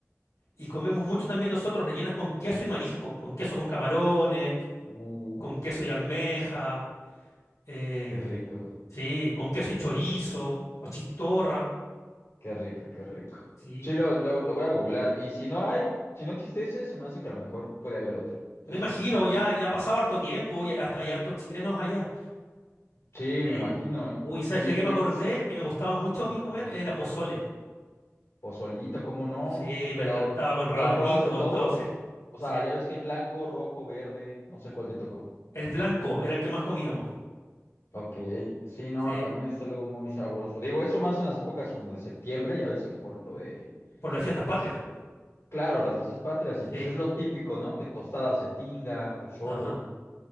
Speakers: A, on the left (about 90°); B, on the left (about 60°).
A: Y comemos mucho también nosotros rellenas con queso y mariscos, con queso con camarones,
B: Uf,
A: con queso y almeja, eh,
B: qué rico,
A: sí, con queso y chorizo, o chistorra,
B: qué rico, qué rico.
A: sí.
B: Sí, lo, lo, lo voy a googlear. Y si no hay, si no existe ese, se me hace que a lo mejor puede haber otro.
A: Me
B: Eso
A: imagino,
B: sí, sí
A: ya, ya ha pasado harto tiempo y hay, hart- hay hartos chilenos allá.
B: Sí,
A: Sí.
B: me imagino.
A: Uy, ¿sabes
B: Y
A: de qué
B: por
A: me acordé?
B: ej-
A: Que me gustaba mucho a mí
B: Ajá.
A: comer, era pozole.
B: pozolito, ¿cómo no?
A: Sí,
B: Pero,
A: me encantaba con rabanito,
B: ¿cuál probaste?
A: con
B: ¿Todos?
A: todo, sí.
B: O
A: Sí.
B: sea, ya ves que hay blanco, rojo, verde, no sé cuál te tocó.
A: El blanco era el que más comíamos.
B: Ok, sí, no,
A: Sí.
B: también es algo muy sabroso. Digo, eso más en las épocas como de septiembre, ya ves que por lo de,
A: Por las fiestas
B: este,
A: patrias.
B: claro, las fiestas patrias, y
A: Sí.
B: pues es lo típico, ¿no? Que tostadas de tinga, pozole.
A: Ajá.